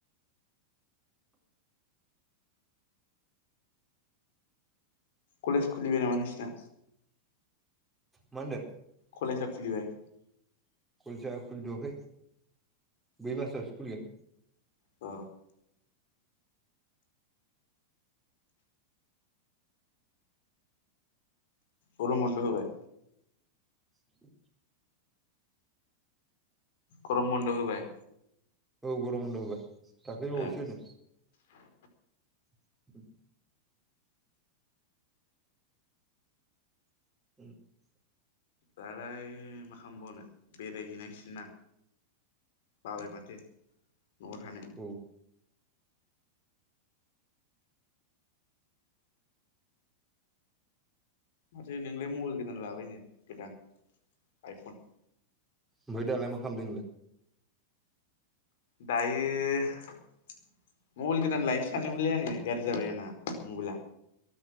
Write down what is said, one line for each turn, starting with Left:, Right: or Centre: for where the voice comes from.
Left: कलेज खुलिबाय नामा नोंसिना
Centre: मा होनदों
Left: कलेजआ खुलिबाय
Centre: कलेजआ खुलिथ'आखै बै मासावसो खुलिगोन
Left: अ गरम बनद होबाय।
Centre: <inaudible>
Left: गरम बन्द होबाय।
Centre: औ गरम बन्द' होबाय। दाख्लै बावैसो
Left: ओ
Centre: होदों। <inaudible> <unintelligible>
Left: दालाय मा खालामबावनो बेरायहैनांसिगोन ना? बाबाय माथो न'आव थानो।
Centre: औ
Left: माथो नोंलाय मबाइल गोदान लाबायनो गोदान आइफन।
Centre: ओमफ्राय दालाय मा खालामदों नोंलाय?
Left: दायो मबाइल गोदान लायनो सानदोंमोनलै आङो गाज्रि जाबाय आंना मबाइला